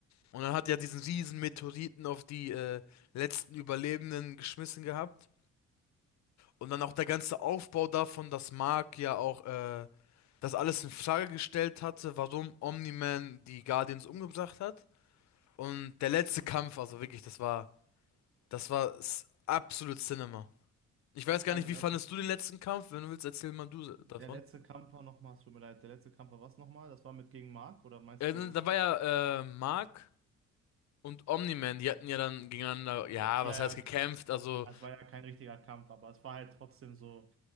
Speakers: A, on the left (about 65°); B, on the right (about 45°).
A: Und dann hat er diesen riesen Meteoriten auf die äh, letzten Überlebenden geschmissen gehabt. Und dann auch der ganze Aufbau davon, dass Mark ja auch äh, das alles in Frage gestellt hatte, warum Omni-Man die Guardians umgebracht hat. Und der letzte Kampf, also wirklich, das war, das war s- absolut Cinema. Ich weiß gar
B: Ehrlich,
A: nicht, wie
B: also.
A: fandest du den letzten Kampf? Wenn du willst, erzähl mal du
B: Der
A: davon.
B: letzte Kampf war nochmal, es tut mir leid, der letzte Kampf war was nochmal? Das war mit gegen Mark oder meinst
A: Äh,
B: du?
A: da war ja äh, Mark und Omni-Man, die hatten ja dann gegeneinander, ja,
B: Ja,
A: was heißt gekämpft,
B: ja,
A: also,
B: es war ja kein richtiger Kampf, aber es war halt trotzdem so.